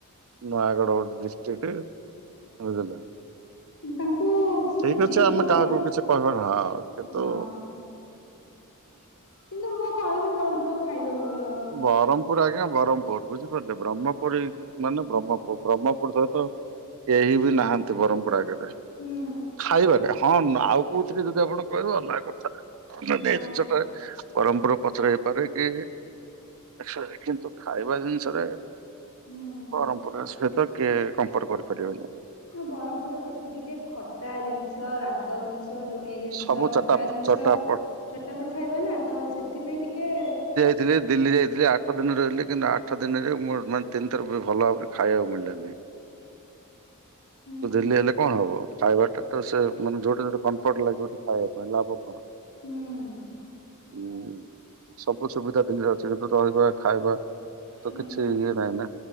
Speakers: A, on the right; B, on the left.
A: ନୟାଗଡ ଗୋଟେ ଡିଷ୍ଟିକ୍ଟ ବୁଝିଲ।
B: ତାଙ୍କୁ ସି
A: ଠିକ ଅଛି
B: ଯିଏ
A: ଆମେ
B: ଯୋଉ
A: କାହାକୁ
B: ଏରିଆରେ
A: କିଛି କହିବା ନା ହଁ କିନ୍ତୁ
B: ହଁ କିନ୍ତୁ ମୁଁ କହିବି ବରମ୍ପୁରର ଖାଇବା ଭଲ।
A: ବରମ୍ପୁର ଆଜ୍ଞା ବରମ୍ପୁର ବୁଝିପାରିଲେ। ବ୍ରହ୍ମପୁର ଇଜ୍ ମାନେ ବ୍ରହ୍ମପୁର ବ୍ରହ୍ମପୁର ସହିତ କେହି ବି ନାହାନ୍ତି ବରମ୍ପୁର ଆଗରେ। ବେଷ୍ଟ।
B: ହୁଁ
A: ଖାଇବାରେ ହଁ ଆଉ କୋଉଥିରେ ଯଦି ଆପଣ କହିବେ ଅଲଗା କଥା। ଏଇ
B: ହଁ
A: ଜିନିଷ ଟା ବରମ୍ପୁର ପଛରେ ହେଇପାରେ କି ଏ କିନ୍ତୁ ଖାଇବା ଜିନିଷରେ
B: ହୁଁ।
A: ବରମ୍ପୁର ସହିତ କିଏ କମ୍ପର କରିପାରିବନି।
B: ହଁ ବରମ୍ପୁରରେ ବେଶୀ ଟିକେ ଖଟା ଜିନିଷ ରାଗ ଜିନିଷ। ଲୁଣି ଜିନିଷ
A: ସବୁ
B: ମିଠା
A: ଚଟା
B: ଜିନିଷ।
A: ଚଟାପଟ
B: ଚଟାପଟ ଖାଇବେ ନା ତ ସେଥିପାଇଁ ଟିକେ
A: ଥିଲ ଦିଲ୍ଲୀ ଯାଇଥିଲି ଆଠ ଦିନ ରହିଲି କିନ୍ତୁ ଆଠ ଦିନରେଁ ମୋର ମାନେ ତିନିଥର ବି ଭଲ ଭାବରେ ଖାଇବାକୁ ମିଳିଲାନି।
B: ହୁଁ
A: ଦିଲ୍ଲୀ ହେଲେ କଣ ହବ ଖାଇବା ଟା ତ ସେ ମାନେ ଯୋଉଟା ଯୋଟ କନ୍ ଟ ଲାଗିବ ଗୋଟେ ଖାଇବା ପାଇଁ ଲାଭ କଣ?
B: ହୁଁ।
A: ଉୁଁ ସବୁ ସୁବିଧା ଦିଲ୍ଲୀରେ ଅଛି ସେଥି ପାଇଁ ବା ଖାଇବା ତ
B: ହୁଁ
A: କିଛି ଇଏ ନାହିଁ ନା